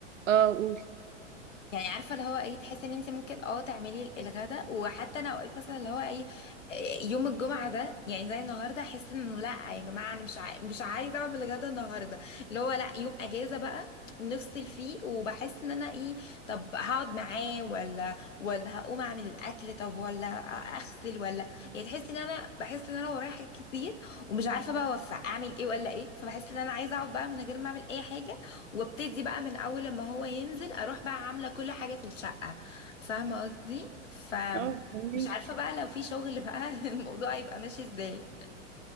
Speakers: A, on the right; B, on the left.
A: اه قولي
B: يعني عارفه اللي هو ايه تحسي ان انت ممكن اه تعملي الغداء وحتى انا اوقات مثلا اللي هو ايه إيه، يوم الجمعه ده يعني زي النهارده احس انه لا يا جماعه انا مش عاي... مش عايزه اعمل غدا النهارده اللي هو لا يوم اجازه بقى نفصل فيه وبحس ان انا ايه طب هقعد معاه ولا ولا هقوم اعمل الاكل طب ولا اغسل ولا يعني تحسي ان انا بحس ان انا ورايا حاجات كتير ومش عارفه بقى اوفق اعمل ايه ولا ايه فبحس ان انا عايزه اقعد بقى من غير ما اعمل اي حاجه وابتدي بقى من اول لما هو ينزل اروح بقى عامله كل حاجه في الشقه فاهمه قصدي فمش
A: اه فهميك
B: عارفه بقى لو في شغل بقى <laughs> الموضوع هيبقى ماشي ازاي